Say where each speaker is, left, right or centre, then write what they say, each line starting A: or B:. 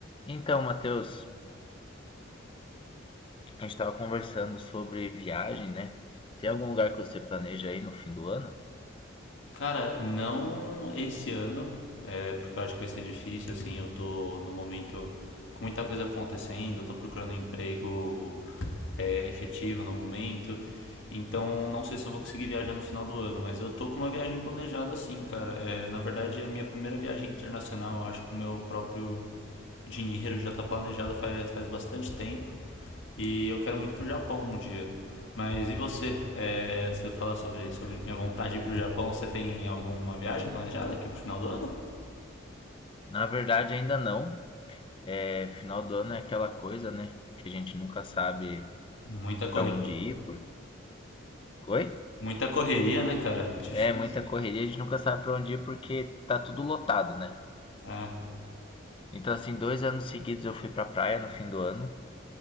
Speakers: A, on the left; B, on the left.
A: Então, Matheus, a gente estava conversando sobre viagem, né? Tem algum lugar que você planeja aí no fim do ano?
B: Cara, não esse ano, é, porque eu acho que vai ser difícil, assim, eu tô no momento com muita coisa acontecendo, eu tô procurando emprego é, efetivo no momento, então não sei se eu vou conseguir viajar no final do ano, mas eu tô com uma viagem planejada assim, cara. É, na verdade, é a minha primeira viagem internacional, eu acho que o meu próprio dinheiro já tá planejada faz, faz bastante tempo. E eu quero muito pro Japão um dia. Mas e você? É, antes de eu falar sobre, sobre minha vontade de ir pro Japão, você tem alguma viagem planejada aqui pro final do ano?
A: Na verdade, ainda não. É, final do ano é aquela coisa, né? Que a gente nunca sabe
B: Muita correria.
A: para onde ir. Por... Oi?
B: Muita correria, né, cara? Difícil.
A: É muita correria, a gente nunca sabe para onde ir porque tá tudo lotado, né?
B: É.
A: Então, assim, dois anos seguidos eu fui pra praia no fim do ano.